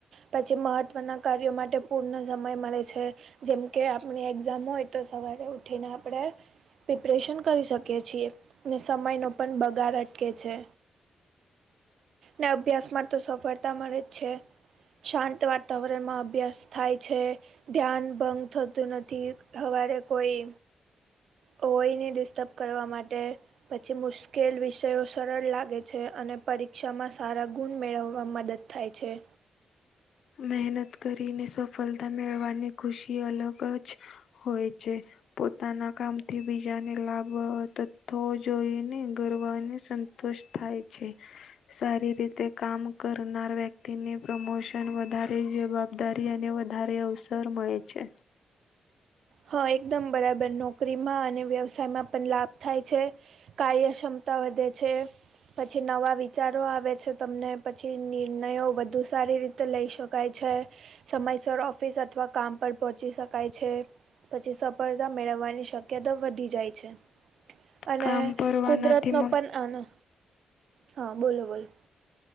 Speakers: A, on the right; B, on the left.
A: પછી મહત્વના કાર્યો માટે પૂર્ણ સમય મળે છે. જેમ કે આપણી એક્ઝામ હોય તો સવારે ઉઠીને આપણે. પ્રિપરેશન કરી શકીએ છીએ ને સમય નો પણ બગાડ અટકે છે. ને અભ્યાસમાં તો સફળતા મળે જ છે શાંત વાતાવરણમાં અભ્યાસ થાય છે ધ્યાન ભંગ થતું નથી હવારે કોઈ હોયને ડિસ્ટર્બ કરવા માટે પછી મુશ્કેલ વિષયો સરળ લાગે છે અને પરીક્ષામાં સારા ગુણ મેળવવા મદદ થાય છે.
B: મહેનત કરીને સફળતા મેળવાની ખુશી અલગ જ હોય છે. પોતાના કામથી બીજાને લાભ તથો જોઈને ગર્વને સન સંતોષ થાય છે સારી રીતે કામ કરનાર વ્યક્તિની પ્રમોશન વધારે જવાબદારી અને વધારે અવસર મળે છે.
A: હા એકદમ બરાબર નોકરીમાં અને વ્યવસાયમાં પણ લાભ થાય છે. કાર્ય સમતા વધે. છે પછી નવા વિચારો આવે છે તમને પછી નિર્ણયો વધુ સારી રીતે લઈ શકાય છે સમયસર ઓફિસ અથવા કામ પર પહોંચી શકાય છે. પછી સફળતા મેળવવાની. શક્યતા વધી જાય છે અને
B: કામ કરવાનાથી
A: કુદરત નો પણ આનો હા બોલો બોલો